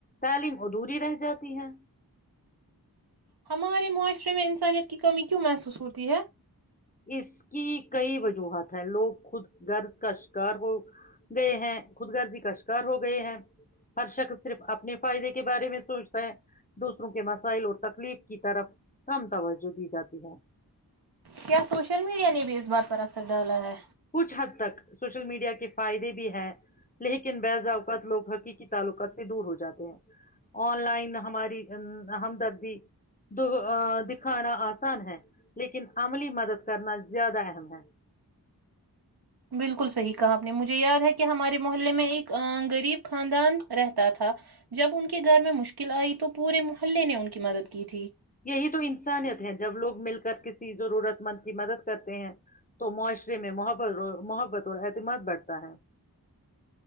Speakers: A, on the left; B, on the right.
A: تعلیم ادھوری رہ جاتی ہے
B: ہمارے معاشرے میں انسانیت کی کمی کیوں محسوس ہوتی ہے
A: اس کی کئی وجوہات ہیں لوگ خود غرض کا شکار ہو گئے ہیں خود رضی کا شکار ہو گئے ہیں ہر شخص صرف اپنے فائدے کے بارے میں سوچتا ہے دوسروں کے مسائل اور تکلیف کی طرف کم توجہ دی جاتی ہے <unintelligible>
B: کیا سوشل میڈیا نے بھی اس بات پر اثر ڈالا ہے
A: کچھ حد تک سوشل میڈیا کے فائدے بھی ہیں لیکن بعض اوقات لوگ حقیقی تعلقات سے دور ہو جاتے ہیں آن لائن ہماری ہمدردی دو ا دکھانا آسان ہے لیکن عملی مدد کرنا زیادہ اہم ہے
B: بالکل صحیح کہا آپ نے مجھے یاد ہے کہ ہمارے محلے میں ایک غریب خاندان رہتا تھا جب ان کے گھر میں مشکل آئی تو پورے محلے نے ان کی مدد کی تھی
A: یہی تو انسانیت ہے جب لوگ مل کر کسی ضرورت مند کی مدد کرتے ہیں تو معاشرے میں محت محبت اور اعتماد بڑھتا ہے